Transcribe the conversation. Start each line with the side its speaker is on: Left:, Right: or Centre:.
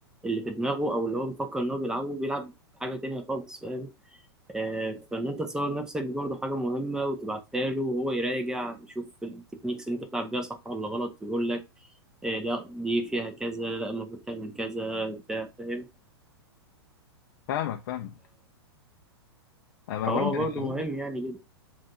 Centre: اللي في دماغه أو اللي هو مفكر إن هو بيلعبه بيلعب حاجة تانية خالص فاهم آه، فإن أنت تصور نفسك دي برضه حاجة مهمة وتبعتها له وهو يراجع يشوف التكنيكس اللي أنت بتلعب بيها صح ولا غلط يقول لك آه، لا دي فيها كذا لا المفروض تعمل كذا بتاع فاهم
Left: فاهمك فاهمك انا
Centre: فهو
Left: بقول لك انا
Centre: برضو
Left: بقول
Centre: مهم
Left: لك
Centre: يعني جدا